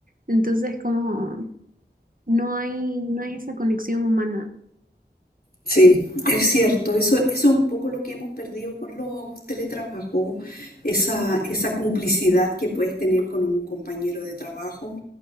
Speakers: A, on the right (about 50°); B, on the left (about 60°).
A: entonces como no hay, no hay esa conexión humana.
B: Sí, es cierto, eso, eso es un poco lo que hemos perdido con los teletrabajos, esa, esa complicidad que puedes tener con un compañero de trabajo.